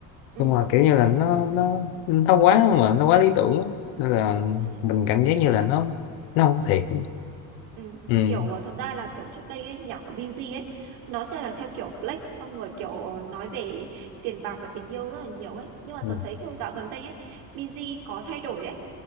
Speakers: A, on the right (about 80°); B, on the left (about 80°).
A: ừ
B: nhưng mà kiểu như là nó nó nó quá mà nó quá lý tưởng á. nên là
A: ừ
B: mình cảm giác như là nó nó không có thiệt
A: Ừ,
B: ừ.
A: kiểu ờ, thật ra là kiểu trước đây ấy, nhạc của Binz ấy nó sẽ là theo kiểu flex xong rồi kiểu nói về tiền bạc và tình yêu rất là nhiều ấy nhưng mà
B: Ừ.
A: tớ thấy kiểu dạo gần đây ấy Binz có thay đổi ấy